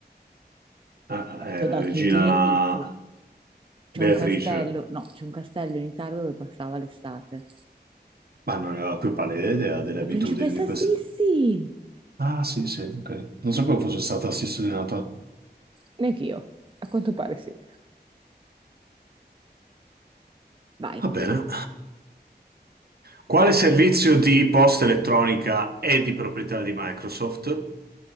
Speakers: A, on the right; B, on the right.
A: Ah,
B: Beh,
A: eh,
B: Ti ho
A: la
B: dato
A: regina
B: tutti gli indizi. C'è
A: Beatrice.
B: un castello, no, c'è un castello in Italia dove passava l'estate.
A: Ma non ne ho la più pallida idea delle
B: La
A: abitudini
B: principessa
A: di queste.
B: Sissi!
A: Ah, sì, sì, ok. Non
B: Eh,
A: sapevo fosse stata assassinata.
B: Neanch'io, a quanto pare sì. Vai,
A: Va bene. Quale servizio di posta elettronica è di proprietà di Microsoft?